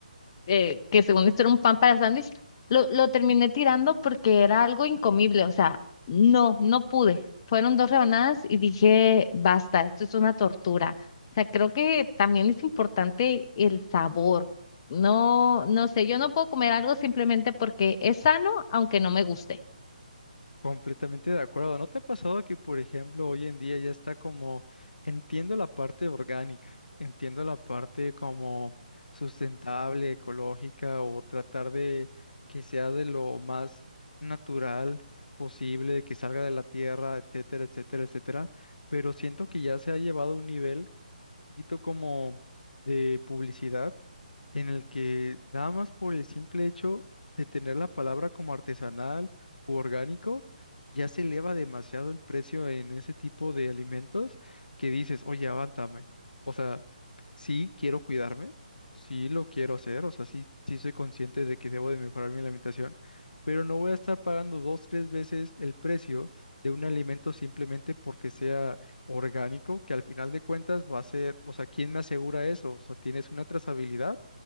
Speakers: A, on the left; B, on the left.
A: eh, que según esto era un pan para sándwich, lo, lo terminé tirando porque era algo incomible, o sea, no, no pude. Fueron dos rebanadas y dije, basta, esto es una tortura. O sea, creo que también es importante el sabor. No, no sé, yo no puedo comer algo simplemente porque es sano, aunque no me guste.
B: Completamente de acuerdo. ¿No te ha pasado que, por ejemplo, hoy en día ya está como, entiendo la parte orgánica, entiendo la parte como sustentable, ecológica o tratar de que sea de lo más natural posible, que salga de la tierra, etcétera, etcétera, etcétera? Pero siento que ya se ha llevado a un nivel un poquito como de publicidad en el que nada más por el simple hecho de tener la palabra como artesanal u orgánico, ya se eleva demasiado el precio en ese tipo de alimentos que dices, oye, avántame. O sea, sí quiero cuidarme, sí lo quiero hacer, o sea, sí, sí soy consciente de que debo de mejorar mi alimentación, pero no voy a estar pagando dos, tres veces el precio de un alimento simplemente porque sea orgánico, que al final de cuentas va a ser, o sea, ¿quién me asegura eso? O sea, ¿tienes una trazabilidad?